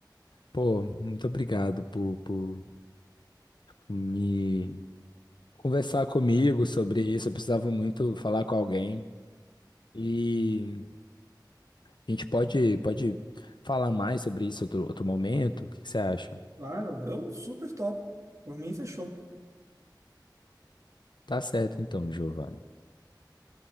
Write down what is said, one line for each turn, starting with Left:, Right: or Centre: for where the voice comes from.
Left: pô, muito obrigado por, por me conversar comigo sobre isso. Eu precisava muito falar com alguém. E a gente pode, pode falar mais sobre isso outro, outro momento? O que que você acha?
Right: Claro, eu super top. Por mim, fechou.
Left: Tá certo, então, Giovanni.